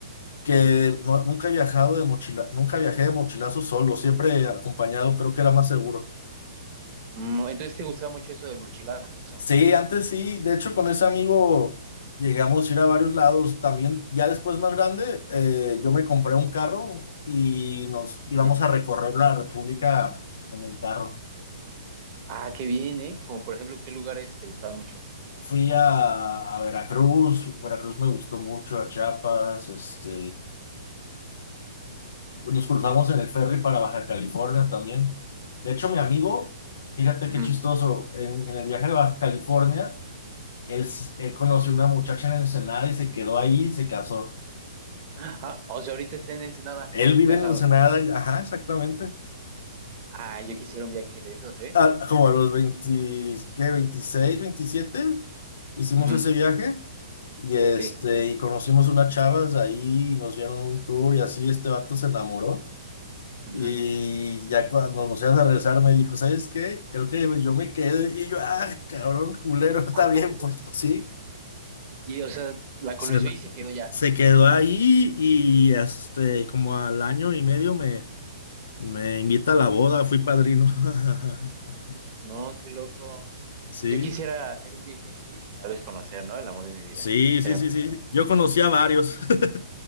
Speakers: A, on the left; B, on the right.
A: que no- nunca he viajado de mochila, nunca viajé de mochilazo solo, siempre acompañado, creo que era más seguro.
B: Mm, Entonces te gustaba mucho eso del mochilazo.
A: Sí, antes sí, de hecho con ese amigo llegamos a ir a varios lados, también ya después más grande eh, yo me compré un carro y nos íbamos
B: Ujú.
A: a recorrer la República en el carro.
B: Ah, qué bien, ¿eh? Como por ejemplo, ¿qué lugares te gustaban mucho?
A: Fui a, a Veracruz, Veracruz me gustó mucho, a Chiapas, este, nos cruzamos en el ferry para Baja California también. De hecho mi amigo, fíjate
B: Ujú.
A: qué chistoso, en, en el viaje de Baja California, él, s- él conoció una muchacha en Ensenada y se quedó ahí y se casó.
B: Ah, o sea, ahorita está en Ensenada,
A: Él vive
B: casado.
A: en Ensenada, y- ajá, exactamente.
B: Ah, yo quisiera un viaje de esos, ¿eh?
A: Ah, como a los 20, ¿qué? 26, veintisiete. hicimos
B: Ujú,
A: ese viaje y, este,
B: Sí.
A: y conocimos unas chavas ahí, nos dieron un tour y así este vato se enamoró.
B: ujú.
A: Y ya cuando nos íbamos a regresar me dijo, ¿sabes qué? Creo que yo me quedé y yo, ah, cabrón, culero, <laughs> está
B: ¿A
A: bien,
B: poco?
A: pues sí.
B: Y, o sea, la conoció
A: Se,
B: y se quedó ya.
A: se quedó ahí y este, como al año y medio me, me invita a la boda, fui padrino. <laughs>
B: No, qué loco.
A: Sí,
B: Yo quisiera hacer un viaje así y tal vez conocer, ¿no? El amor de mi vida.
A: sí,
B: Sería
A: sí, sí,
B: muy
A: sí.
B: bueno.
A: Yo conocí a varios, <laughs>